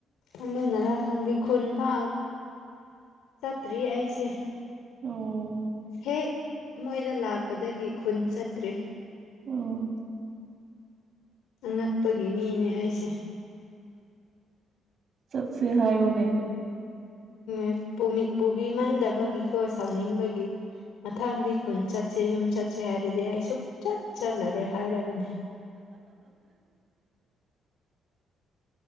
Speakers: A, on the left; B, on the right.
A: ꯈꯪꯗꯅꯔ ꯈꯪꯗꯦ ꯈꯨꯟ ꯐꯥꯎ ꯆꯠꯇ꯭ꯔꯤ ꯑꯩꯁꯦ
B: ꯑꯣ
A: ꯍꯦꯛ ꯃꯣꯏꯗ ꯂꯥꯛꯄꯗꯒꯤ ꯈꯨꯟ ꯆꯠꯇ꯭ꯔꯤ
B: ꯑꯣ
A: ꯑꯉꯛꯄꯒꯤ ꯃꯤꯅꯦ ꯑꯩꯁꯦ
B: ꯆꯠꯁꯦ ꯍꯥꯏꯌꯣꯅꯦ
A: ꯑ ꯄꯨꯕꯤꯃꯟꯗꯕꯒꯤꯀꯣ ꯁꯥꯎꯅꯤꯡꯕꯒꯤ ꯃꯊꯪꯗꯤ ꯈꯨꯟ ꯆꯠꯁꯤ ꯌꯨꯝ ꯆꯠꯁꯤ ꯍꯥꯏꯔꯗꯤ ꯑꯩ ꯁꯨꯛꯆꯠ ꯆꯠꯂꯔꯣꯏ ꯍꯥꯏꯔꯕꯅꯦ